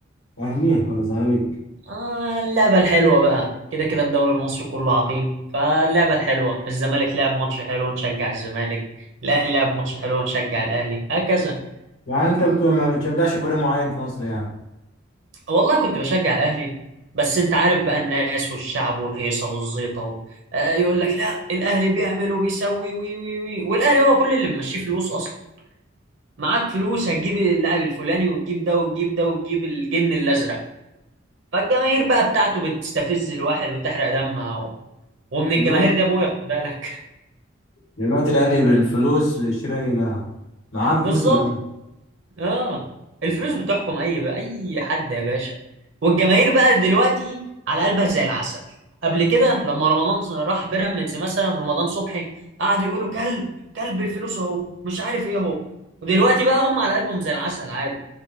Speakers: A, on the left; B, on the right.
A: اهلي ولا زمالك
B: آه اللعبة الحلوة بقى كده كده الدوري المصري كله عقيم فاللعبة الحلوة الزمالك لعب ماتش حلو نشجع الزمالك الأهلي لعب ماتش حلو نشجع الأهلي هكذا
A: يعني انت بك- ما بتشجعش فريق معين في مصر يعني
B: والله كنت بشجع الأهلي بس أنت عارف بقى الناس والشعب والهيصة والزيطة و... آه يقول لك لا الأهلي بيعمل وبيسوي وي وي وي والأهلي هو كل اللي ممشيه فلوس أصلا معاك فلوس هتجيب اللاعب الفلاني وتجيب ده وتجيب ده وتجيب الجن الأزرق فالجماهير بقى بتاعته بتستفز الواحد وتحرق دمها و... ومن الجماهير
A: بالظبط
B: دي أبويا خد بالك
A: دلوقتي الاهلي بالفلوس شراء لاعب معاه فلوس
B: بالظبط
A: الان
B: اه الفلوس بتحكم اي بقى اي حد يا باشا والجماهير بقى دلوقتي على قلبها زي العسل قبل كده لما رمضان راح بيراميدز مثلا رمضان صبحي قعدوا يقولوا كلب كلب الفلوس اهو مش عارف ايه اهو ودلوقتي بقى هم على قلبهم زي العسل عادي